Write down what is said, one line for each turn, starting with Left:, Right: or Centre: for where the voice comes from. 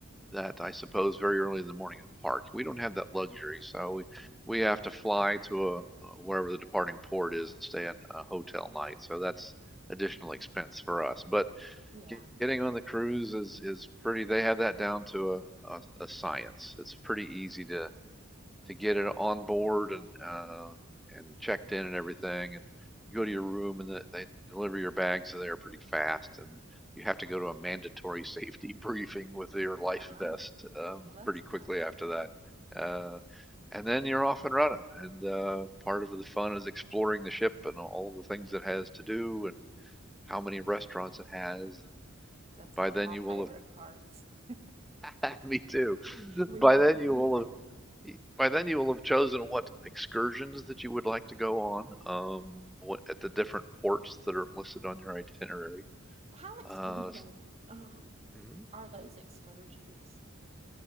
Centre: that I suppose very early in the morning and park. We don't have that luxury, so we we have to fly to a, uh wherever the departing port is and stay at a hotel night. So that's additional expense for us. But
Right: Yeah.
Centre: ge- getting on the cruise is is pretty. They have that down to a a, a science. It's pretty easy to to get it on board and uh, and checked in and everything. And you go to your room and the, they deliver your bags there pretty fast. And you have to go to a mandatory <laughs> safety briefing with your life
Right: Ah,
Centre: vest um,
Right: well, that's
Centre: pretty quickly
Right: nice.
Centre: after that. Uh, and then you're off and running. And uh, part of the fun is exploring the ship and all the things it has to do and how many restaurants it has. And
Right: That's
Centre: by
Right: one
Centre: then
Right: of my
Centre: you will
Right: favorite parts. <laughs>
Centre: have, <laughs> me too.
Right: We
Centre: By
Right: love
Centre: then
Right: to eat.
Centre: you will have by then you will have chosen what excursions that you would like to go on um what at the different ports that are listed on your itinerary
Right: How expensive
Centre: uh s-
Right: um
Centre: mhm.
Right: are those excursions?